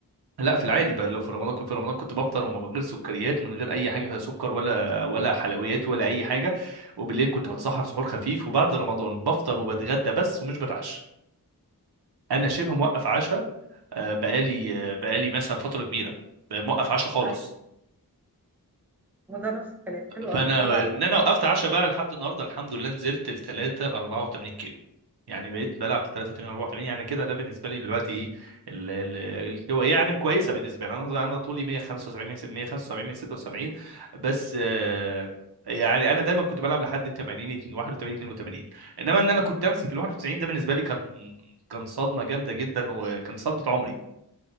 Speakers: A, on the right; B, in the centre.
A: لا في العادي بقى لو في رمضان كنت في رمضان كنت بفطر ومن غير سكريات من غير اي حاجه فيها سكر ولا ولا حلويات ولا اي حاجه وبالليل كنت
B: اه
A: بتسحر سحور خفيف وبعد رمضان بفطر وبتغدى بس ومش بتعشى انا شبه موقف
B: حلو
A: عشاء آه، بقالي آه، بقالي مثلا فتره كبيره موقف عشاء خالص
B: ايوه وده نفس الكلام حلو
A: فانا
B: قوي برافو عليك
A: ان انا وقفت عشاء بقى لحد النهارده الحمد لله نزلت ل 3 84 كيلو يعني بقيت بلعب
B: ايوه
A: في 83 84 يعني كده ده بالنسبه لي دلوقتي ايه ال- ال- الكو- يعني كويسه بالنسبه لي انا انا طولي 175 175 176 بس آه، يعني انا دايما كنت بلعب لحد 80 81 82 انما ان انا كنت امسك ال 91 ده بالنسبه لي كان كان صدمه جامده جدا وكان صدمه عمري